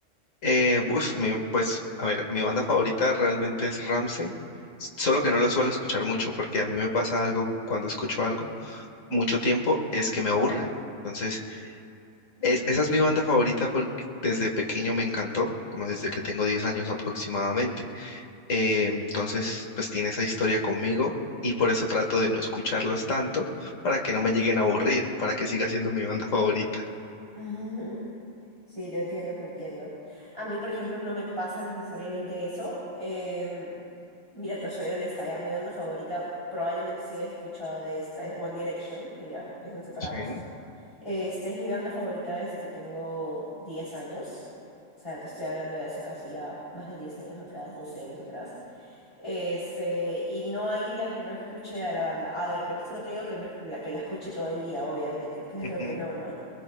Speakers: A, on the left (about 80°); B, on the left (about 25°).
A: Eh, uf, mi- pues, a ver, mi banda favorita realmente es Ramsey, solo que no lo suelo escuchar mucho porque a mí me pasa algo cuando escucho algo mucho tiempo es que me aburre. Entonces
B: Ujú.
A: Es- esa es mi banda favorita porque desde pequeño me encantó, como desde que tengo 10 años aproximadamente. Eh, entonces, pues tiene esa historia conmigo y por eso trato de no escucharlas tanto para que no me lleguen a aburrir, para que siga siendo mi banda favorita.
B: <laughs> Ujú. Sí, te entiendo, te entiendo. A mí, por ejemplo, no me pasa necesariamente eso. em, Mira, te soy honesta, ya mi banda favorita, probablemente si hayas escuchado de esta, es One Direction, que ya están separados.
A: Sí.
B: Este es mi banda favorita desde que tengo 10 años. O sea, te estoy hablando de hace casi ya más de 10 años atrás, 12 años atrás. Este, y no hay día que no escuche a la banda. A ver, con esto no te digo que, no, es- la, que la escuche todo el día, obviamente, <laughs> claro
A: Ujú.
B: que no, ¿no?